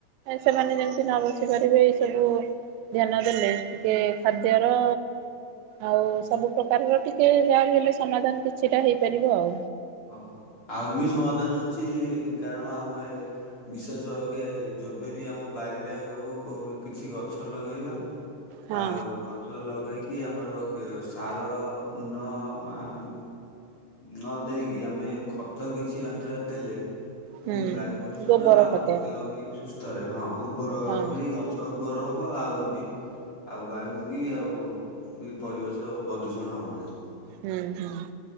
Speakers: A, on the right (about 90°); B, on the left (about 30°).
A: ସେମାନେ ଯେମିତି ନ ବସି ପାରିବେ ସବୁ ଧ୍ୟାନ ଦେଲେ ଟିକେ ଖାଦ୍ୟର। ଆଉ ସବୁ ପ୍ରକାରର ଟିକେ ଯାହା ବି ହେଲେ ସମାଧାନ୍ କିଛିଟା ହେଇପାରିବ ଆଉ।
B: ଓହୋ ଆହୁରି ବି ସମାଧାନ ଅଛି କାରଣ ଆମେ। ବିଶେଷ ଭାବରେ ଯେବେବି ଆମ ବାରିରେ ହୋଉ କୋଉଠି କିଛି ଗଛ ଲଗେଇବା। ହ
A: ହଁ
B: ହ। ଆଉ ଗଛ ଲଗେଇକି ଆମର ଖି ସାର ନଁ ଆମ୍। ନ ଦେଇକି ଆମେ ଖତ କିଛି ମାତ୍ରାରେ ଦେଲେ।
A: ହୁଁ
B: ବି ବାୟୁ ପ୍ରଦୂଷଣ
A: ଗୋବର
B: ଆଉ
A: ଖତ
B: ଦେହ ବି ସୁସ୍ଥ ରହିବ ହଁ ଉର୍ବର
A: ହଁ
B: ବି ଗଛ। ହ ଉର୍ବର ହବ ଆଉ ବି। ଆଉ ବାୟୁ କି ଆଉ ବି ପରିବେଶ ପ୍ରଦ୍ୟୁଷଣ ହବ ନାହିଁ।
A: ହୁଁ ହୁଁ